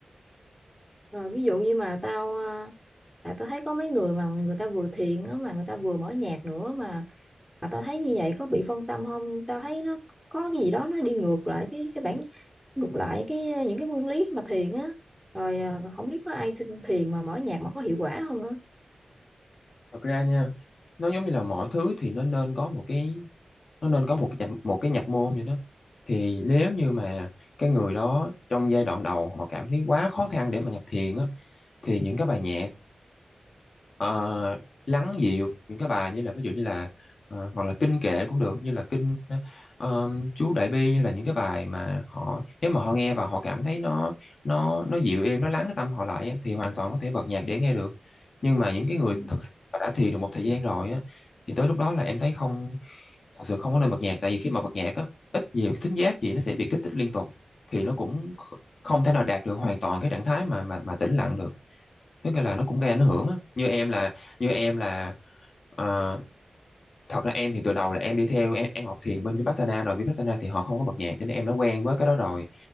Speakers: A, in the centre; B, on the left.
A: rồi ví dụ như mà tao à, tại tao thấy có mấy người mà người ta vừa thiền đó mà người ta vừa mở nhạc nữa mà mà tao thấy như vậy có bị phân tâm không tao thấy nó có cái gì đó nó đi ngược lại cái cái bản ngược lại cái ờ, những cái nguyên lý mà thiền á rồi à, không biết có ai thi- thiền mà mở nhạc mà có hiệu quả không á
B: thật ra nha nó giống như là mọi thứ thì nó nên có một cái nó nên có một cái nhập, một cái nhập môn như đó thì nếu như mà cái người đó trong giai đoạn đầu họ cảm thấy quá khó khăn để mà nhập thiền á thì những cái bài nhạc ờ, lắng dịu những cái bài như là ví dụ như là ờ, hoặc là kinh kệ cũng được như là kinh ờ, chú Đại Bi hay là những cái bài mà họ nếu mà họ nghe và họ cảm thấy nó nó nó dịu êm nó lắng cái tâm họ lại á, thì hoàn toàn có thể bật nhạc để nghe được nhưng mà những cái người
A: ừ.
B: thực sự mà đã thiền được một thời gian rồi á thì tới lúc đó là em thấy không thật sự không có nên bật nhạc tại vì khi mà bật nhạc á ít nhiều cái thính giác gì nó sẽ bị kích thích liên tục thì nó cũng kh- không thể nào đạt được hoàn toàn cái trạng thái mà mà mà tĩnh lặng được tức là nó cũng gây ảnh hưởng á như em là như em là ờ, thật ra em thì từ đầu là em đi theo em, em học thiền bên Vipassana rồi Vipassana thì họ không có bật nhạc cho nên em đã quen với cái đó rồi